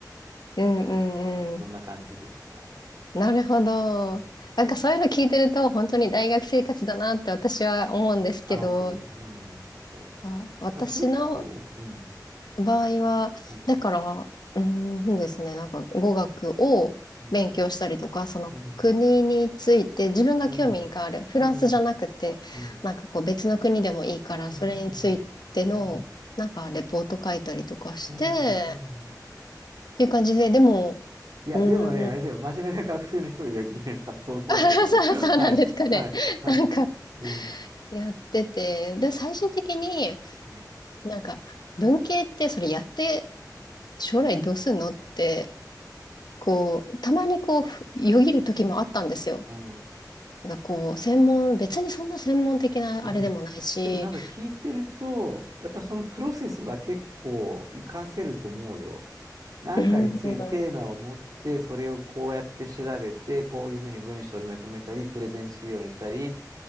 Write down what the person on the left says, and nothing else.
うんうんうん。
なるほど。
なんかそういうの聞いてると、本当に大学生活だなって私は思うんですけど、
あ私の
場合は、
だから、うーんですね、なんか語学を勉強したりとか、
その国について自分が興味がある、
フランスじゃなくて、
なんかこう別の国でもいいから、
それについての、
なんかレポート書いたりとかして、
っていう感じで、でも、
うーん、
<laughs> そうそうなんですかね。
なんか
やってて、で、最終的に
なんか文系ってそれやって将来どうすんのって、こう、たまにこう、ふよぎる時もあったんですよ。
なんかこう、専門、別にそんな専門的なあれでもないし、
うん、うん、